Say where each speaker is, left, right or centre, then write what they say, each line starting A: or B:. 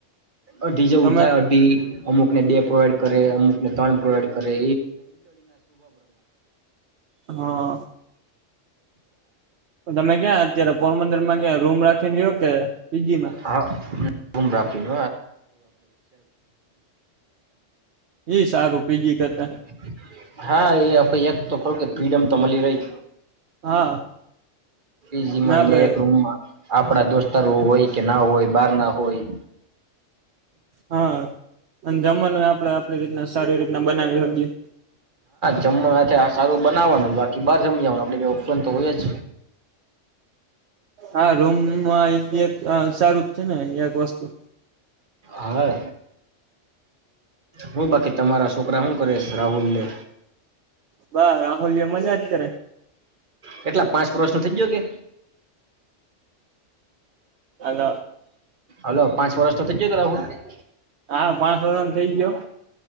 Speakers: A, on the right; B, on the right.
A: અઢી જેવું
B: તમે
A: થાય અઢી અમુક ને બે પ્રોવાઈડ કરે અમુકને ત્રણ પ્રોવાઈડ કરે
B: હા તમે ક્યાં અત્યારે પોરબંદરમાં કયા રૂમ રાખીને રહ્યો પીજીમા
A: હા રૂમ રાખી ને
B: ઈ સારું
A: <unintelligible>
B: પીજી કરતા
A: હા એ આપ એક તો ખ ફ્રીડમ તો મળી રહી
B: હા
A: <unintelligible>
B: ના આપડે
A: આપણા દોસ્તાર હોય કે ના હોય બાર ના હોય.
B: હા અને જમવાનું આપણે આપણી રીતના સારી રીતના બનાવી હકીએ.
A: જમવાનું છે આ સારું બનાવાનું બાકી બહાર જમી આવાનું. ઓપન તો હોય જ
B: હા રૂમમાં એક સારું જ છે ને એક વસ્તુ
A: હા હું બાકી તમારા છોકરા શું કરીશ રાહુલને
B: બા રાહુલ જે મજા જ કરે
A: કેટલા પાંચ વર્ષ ન થઇ ગયો કે
B: અન
A: હલો પાંચ વર્ષ તો થઈ ગયા રાહુલ ને
B: હા પાંચ વરનો થઇ ગયો.